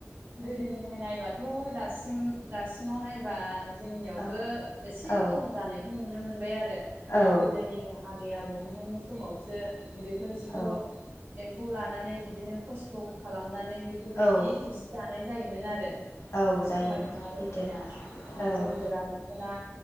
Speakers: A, on the right (about 40°); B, on the left (about 65°).
A: गोदोनिफाय नायबाथ' दासिम दासिमाव नायबा जोंनियावबो
B: औ
A: एसे
B: औ
A: खम जानायखौ नुनो मोनबाय आरो
B: औ
A: गोदोनि आबै आबौमोनानि समावसो बेफोर जिखौ
B: औ
A: एम्फौ लानानै बिदिनो खस्थ' खालामनानै बेफोरबायदि
B: औ
A: जि दानाय जायोमोन आरो
B: औ जायो
A: समायना रमायना
B: सैथो
A: इदिनो
B: औ
A: जोमग्रा दख'ना